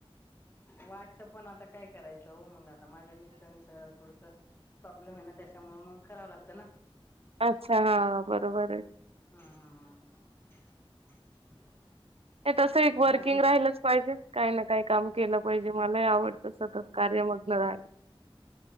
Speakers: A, on the left (about 25°); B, on the right (about 85°).
A: वाटत पण आता काय करायचं हो मग आ माझ्या मिस्टरांच थोडस प्रॉब्लेम आहे ना त्याच्यामुळे मग करावं लागतं ना
B: अच्छा हा बरोबर आहे
A: हा हा हा
B: हे तस एक वर्किंग
A: बाकी
B: राहिलंच पाहिजे काही ना काही काम केलं पाहिजे मला आवडत सतत कार्य मग्न राहिला